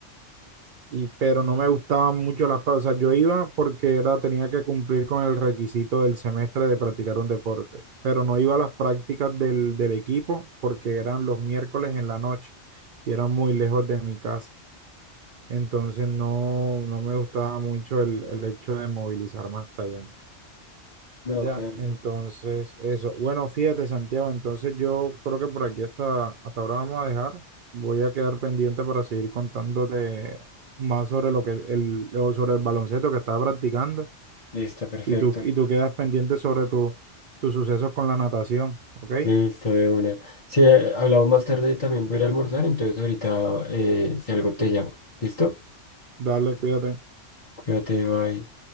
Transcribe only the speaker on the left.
No,
Carlos.
Listo, perfecto.
Listo, de una. Si hablamos más tarde también voy a ir a almorzar, entonces ahorita eh, si algo te llamo. ¿Listo?
Cuídate, bye.